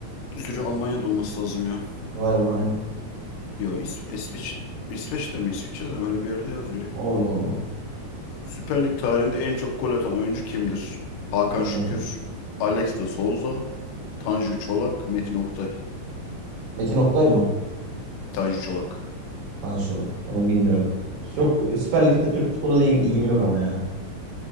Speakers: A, on the left (about 85°); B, on the right (about 80°).
A: Zürih Almanya'da olması lazım ya.
B: Galiba aynen.
A: Yo İs İsviç İsveç'te mi? İsviçre'de mi? Öyle bir yerde ya Zürih.
B: Allah
A: Pardon.
B: Allah.
A: Süper Lig tarihinde en çok gol atan oyuncu kimdir? Hakan
B: Nereden?
A: Şükür, Alex de Souza, Tanju Çolak, Metin Oktay.
B: Metin Oktay mı?
A: Tanju Çolak.
B: Tanışıyorlar. Onu bilmiyorum. Çok Süper Lig'de Türk futbolu ilgim, ilgim yok ama ya.